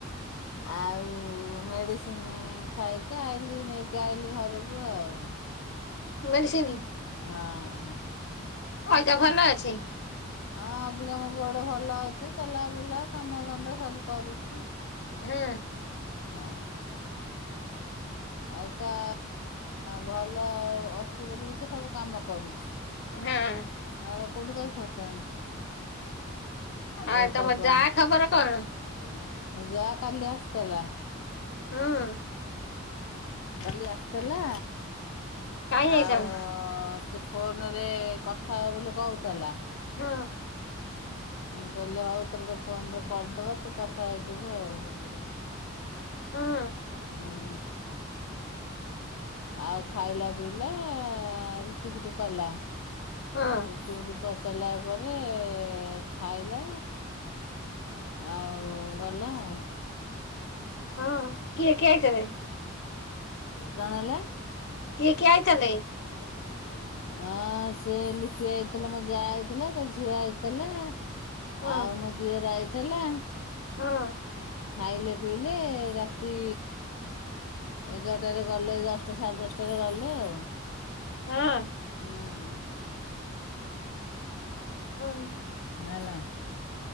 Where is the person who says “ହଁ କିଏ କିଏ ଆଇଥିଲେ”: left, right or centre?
Left